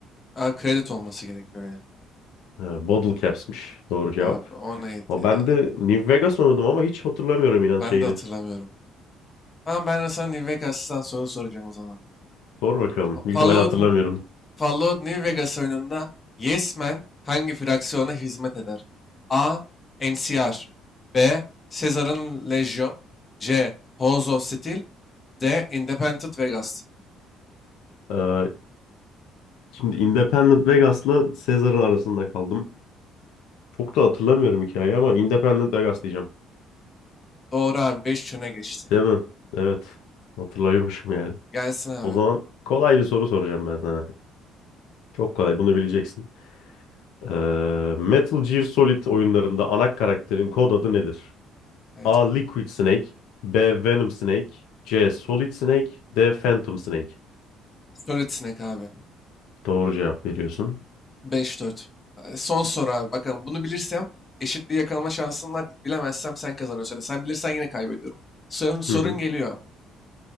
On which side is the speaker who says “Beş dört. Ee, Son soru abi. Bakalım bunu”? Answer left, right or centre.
Left